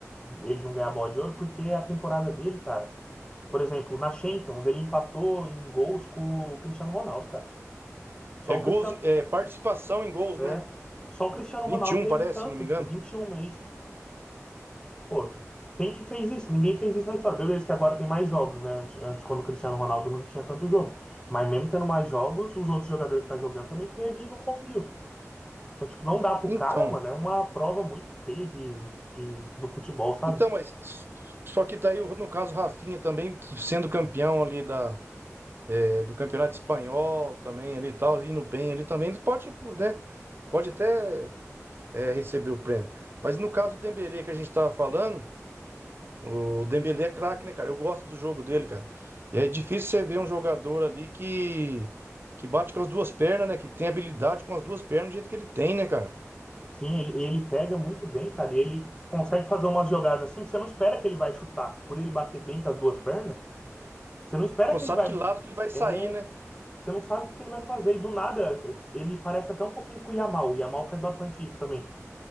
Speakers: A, on the left; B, on the right.
A: ele não ganhar a bola de ouro, porque é a temporada dele, cara. Por exemplo, na Champions, ele empatou em gols com o Cristiano Ronaldo, cara. Só
B: É gols,
A: o Cristiano.
B: é participação em gols,
A: É.
B: né?
A: Só o Cristiano
B: Vinte
A: Ronaldo
B: e um
A: teve
B: parece,
A: tanto,
B: se não me engano.
A: é 21 é isso. Pô, quem que fez isso? Ninguém fez isso na história. Beleza que agora tem mais jogos, né? Antes, antes, quando o Cristiano Ronaldo não tinha tanto jogo. Mas mesmo tendo mais jogos, os outros jogadores que tá jogando também teve e não conseguiu. Então, tipo, não dá pro
B: Então,
A: cara, mano. É uma prova muito feia de, de, do futebol, sabe?
B: então, mas só que daí, no caso, o Rafinha também sendo campeão ali da, é, do Campeonato Espanhol também ali e tal, indo bem ali também, ele pode, né? Pode até é, receber o prêmio. Mas no caso do Dembélé que a gente tava falando, o Dembélé é craque, né, cara? Eu gosto do jogo dele, cara. E é difícil você ver um jogador ali que que bate com as duas pernas, né? Que tem habilidade com as duas pernas do jeito que ele tem, né, cara?
A: Sim, ele, ele pega muito bem, cara. E ele consegue fazer umas jogadas assim que você não espera que ele vai chutar. Por ele bater bem com as duas pernas, você não espera
B: Você não
A: que
B: sabe
A: ele vai...
B: que lado que ele vai sair,
A: É,
B: né?
A: você não sabe o que ele vai fazer. E do nada, ele parece até um pouquinho com o Yamal. O Yamal faz bastante isso também